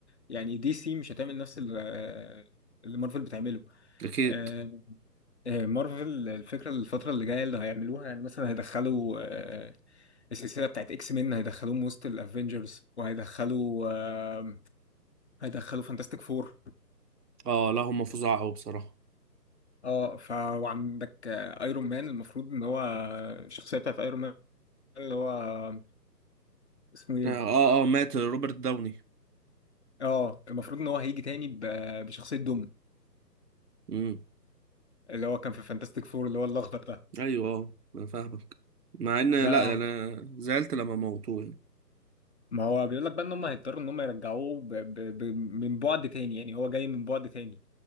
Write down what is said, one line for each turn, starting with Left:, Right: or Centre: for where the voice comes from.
Left: يعني دي سي مش هتعمل نفس ال- آه، اللي مارفل بتعمله
Right: اكيد
Left: آه، آه، مارفل الفكرة الفترة اللي جاية اللي هيعملوها يعني مثلا هيدخلوا آه، السلسلة بتاعت اكس مين هيدخلوهم وسط الافينجرز وهيدخلوا آه، هيدخلوا فانتاستيك فور
Right: اه لا هم فظاع قوي بصراحه
Left: اه ف وعندك ايرون مان المفروض ان هو آه، الشخصية بتاعت ايرون مان اللي هو آه، اسمه ايه
Right: اه اه مات روبرت داوني
Left: اه المفروض ان هو هيجي تاني ب- بشخصية دوم
Right: امم
Left: اللي هو كان في فانتاستيك فور اللي هو الاخضر ده
Right: ايوه اه انا فاهمك مع ان
Left: ده
Right: لا يعني انا زعلت لما موتوه يعني
Left: ما هو بيقول لك بقى ان هم هيضطروا ان هم يرجعوه ب... ب... ب... من بعد تاني يعني هو جاي من بعد تاني